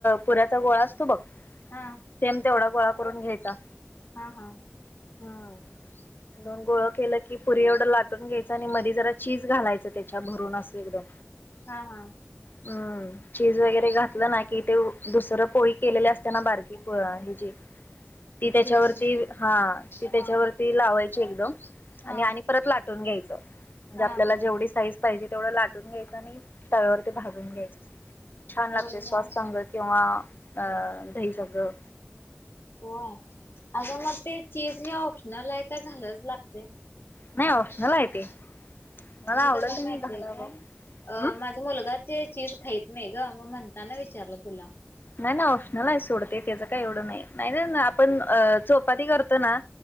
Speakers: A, on the left (about 55°); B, on the left (about 75°).
A: पुऱचा गोळा. तू बघ सेम
B: हा
A: तेवढा गोळा करून घ्यायचा.
B: हा हा
A: हम् दोन गोळ केलं की पुरी एवढं लाटून घ्यायचं आणि मधी जरा चीज घालायचं त्याच्या भरून असू एकदम
B: हा हा
A: हम्म चीज वगैरे घातलं ना कि ते दुसरं पोळी केलेली असत ना बारकी आहे जे ती त्याच्यावरती
B: बीटची
A: हा ती
B: हा
A: त्याच्यावरती लावायची एकदम
B: हा
A: आणि आणि परत लाटून घ्यायचं म्हणजे
B: हा
A: आपल्याला जेवढी साईज पाहिजे तेवढं लाटून घ्यायचं आणि तळ्यावर ते भाजून घ्यायचं छान लागते
B: होय
A: श्वास
B: मग
A: संगळ किंवा अ दहीसळं
B: हो आता मग ते चीज हे ऑप्शनल आहे का झालंच लागते म्हणजे
A: नाही ऑप्शनल आहे ते मला आवडेल
B: कस
A: ते
B: माहित
A: मी घालावं
B: आहे का अ
A: हम्म
B: माझा मुलगा चीज खात नाही ग मग म्हणताना विचारलं तुला
A: नाही ना ऑप्शनल आहे सोडते त्याचं काही एवढं नाही नाही नाही आपण अ चोपाती करतो ना.